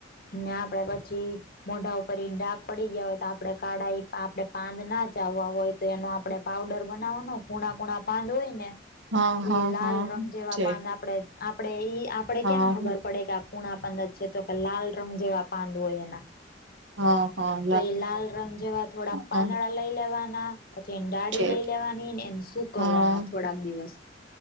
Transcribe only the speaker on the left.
ને આપડે પછી. મોઢા ઉપર ઈ ડક પડી ગયા હોય તો આપડણે કાળા આપડણે પાંદ ના ચાવવા હોય. તો એનો આપડણે પાવડર બનાવવાનો કુણા કૂણા પાંદ હોય ને
એ લાલ
રંગ જેવા
પાંદ આપણે આપડે ઈ આપડે
કેમ ખબર પડે કે આ કૂણા પાંદ જ છે, તો કે લાલ રંગ જેવા પાંદ હોય એના
તો એ લાલ રંગ જેવા થોડાક
પાંદડા લઈ લેવાના પછી એ ડાળી
લઈ લેવાનીને એ સ કવાના
થોડાક દિવસ